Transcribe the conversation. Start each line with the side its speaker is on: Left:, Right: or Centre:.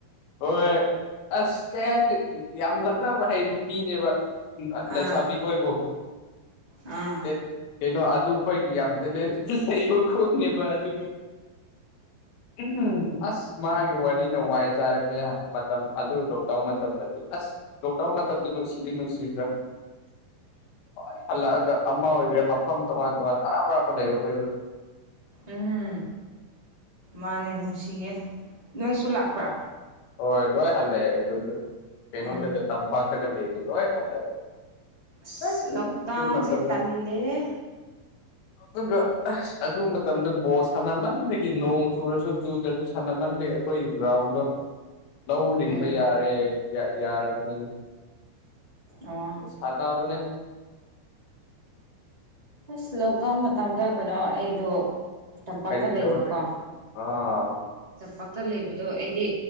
Left: ꯍꯣꯏ ꯑꯁ ꯀꯩ ꯍꯥꯏꯁꯤ ꯌꯥꯝ ꯂꯛꯅꯕ ꯍꯩꯕ ꯃꯤꯅꯦꯕ <unintelligible>
Right: ꯑꯥ
Left: ꯂꯩꯁꯥꯕꯤ ꯈꯣꯏꯕꯨ <unintelligible>
Right: ꯑꯥ
Left: ꯀꯩꯅꯣ ꯑꯗꯨ ꯑꯈꯣꯏꯒꯤ ꯌꯥꯝ ꯇꯦꯂꯦꯟ <unintelligible> ꯈꯣꯛꯅꯦꯕ ꯑꯗꯨꯅ ꯎꯝ ꯑꯥꯁ ꯃꯥꯒꯤ ꯋꯥꯔꯤꯅ ꯋꯥꯏ ꯆꯥꯏꯕꯅꯦ ꯃꯇꯝ ꯑꯗꯨ ꯂꯣꯛꯗꯥꯎꯟ ꯃꯇꯝꯗꯗꯤ ꯑꯁ ꯂꯣꯛꯗꯥꯎꯟ ꯃꯇꯝꯗꯣ ꯅꯨꯡꯁꯤꯗꯤ ꯅꯨꯡꯁꯤꯗ꯭ꯔꯥ <inaudible> ꯂꯣꯏ ꯍꯜꯂꯛꯑꯒ ꯑꯃ ꯑꯣꯏꯒꯦꯔꯥ ꯃꯐꯝ ꯇꯣꯉꯥꯟ ꯇꯣꯉꯥꯟ ꯑꯔꯥꯞ ꯑꯔꯥꯞꯄ ꯂꯩꯕ ꯈꯣꯏꯗꯨ
Right: ꯎꯝ ꯃꯥꯟꯅꯦ ꯅꯨꯡꯁꯤꯌꯦ ꯅꯣꯏꯁꯨ ꯂꯥꯛꯄ꯭ꯔꯥ
Left: ꯍꯣꯏ ꯂꯣꯏ ꯍꯜꯂꯑꯦ ꯑꯈꯣꯏꯁꯨ ꯀꯩꯅꯣꯗꯒꯤ
Right: ꯎꯝ
Left: ꯇꯝꯄꯥꯛ ꯇꯒ ꯂꯩꯕꯗꯣ ꯂꯣꯏ ꯍꯜꯂꯦ
Right: ꯁꯤ
Left: ꯑꯁ
Right: ꯂꯣꯛꯗꯥꯎꯟ
Left: ꯑꯗꯨ ꯃꯇꯝꯗ
Right: ꯁꯦ ꯇꯜꯂꯤꯍꯦ
Left: <inaudible> ꯑꯗꯨꯒ ꯑꯗꯨ ꯃꯇꯝꯗ ꯕꯣꯜ ꯁꯥꯟꯅꯃꯟꯕꯒꯤ ꯅꯣꯡ ꯆꯨꯔꯁꯨ ꯆꯨꯗ꯭ꯔꯁꯨ ꯁꯥꯟꯅꯃꯟꯕꯒꯤ ꯑꯈꯣꯏ ꯒ꯭ꯔꯥꯎꯟꯗꯣ ꯂꯧ ꯂꯤꯡꯕ
Right: ꯎꯝ
Left: ꯌꯥꯔꯦ ꯌꯥꯔꯕꯅꯤꯅ
Right: ꯑꯣ
Left: ꯁꯥꯟꯅꯕꯅꯦ
Right: ꯑꯁ ꯂꯣꯛꯗꯥꯎꯟ ꯃꯇꯝꯗ ꯀꯩꯅꯣ ꯑꯩꯗꯣ ꯇꯝꯄꯥꯛꯇ
Left: ꯀꯔꯤ
Right: ꯂꯩꯕꯀꯣ
Left: ꯇꯧꯔ ꯂꯩ ꯑꯥ
Right: ꯆꯝꯄꯥꯛꯇ ꯂꯩꯕꯗꯣ ꯑꯩꯗꯤ